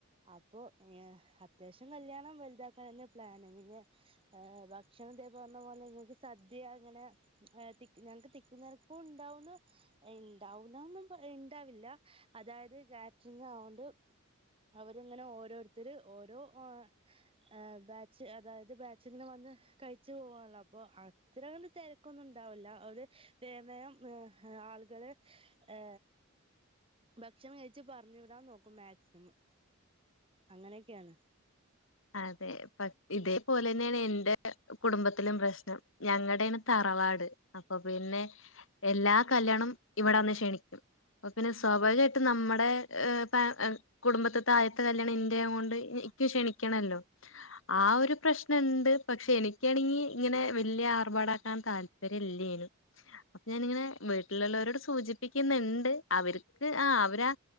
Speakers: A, on the right; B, on the left.
A: അപ്പോ അത്യാവശ്യം കല്യാണം വലുതാക്കാൻ തന്നെ പ്ലാന് പിന്നെ <unintelligible> ഭക്ഷണം ദേ പറഞ്ഞ പോലെ ങ്ങക്ക് സദ്യ അങ്ങനെ ഏ തിക്ക് ഞങ്ങക്ക് തിക്കുന്നരക്കും ഉണ്ടാവുന്ന് ഏ ഇണ്ടാവുലാന്നും പ ഇണ്ടാവില്ല, അതായത് കാറ്ററിങ് ആയകൊണ്ട് അവരിങ്ങനെ ഓരോരുത്തര് ഓരോ ഓ ഏ ബാച്ച് അതായത് ബാച്ച്ങ്ങനെ വന്ന് കഴിച്ചു പോകാനുള്ള അപ്പോ അത്ര കണ്ട് തിരക്കൊന്നും ഇണ്ടാവൂല്ല, അവര് വേഗം വേഗം ഏ ആളുകള് ഏ ഭക്ഷണം കഴിച്ചു പറഞ്ഞു വിടാൻ നോക്കും മാക്സിമം അങ്ങനെയൊക്കെയാണ്.
B: അതെ ഇപ്പ ഇതേപോലെ തന്നെയാണ് എന്റെ കുടുംബത്തിലും പ്രശ്നം ഞങ്ങടെയാണ് തറവാട്, അപ്പ പിന്നെ എല്ലാ കല്യാണം ഇവിടെ വന്ന് ക്ഷണിക്കും, അപ്പ പിന്നെ സ്വാഭാവികായിട്ടും നമ്മടെ ഏ പാ കുടുംബത്തത്തെ ആയത്തെ കല്യാണം എന്റെ കൊണ്ട് ഇക്ക് ക്ഷണി ക്കണല്ലോ, ആ ഒരു പ്രശ്നംണ്ട് പക്ഷേ എനിക്കാണെങ്കി ഇങ്ങനെ വല്യ ആർഭാടാക്കാൻ താല്പര്യം ഇല്ലേനു, അപ്പ ഞാനിങ്ങനെ വീട്ടിലുള്ളവരോട് സൂചിപ്പിക്കുന്നിണ്ട് അവർക്ക് ആ അവരാ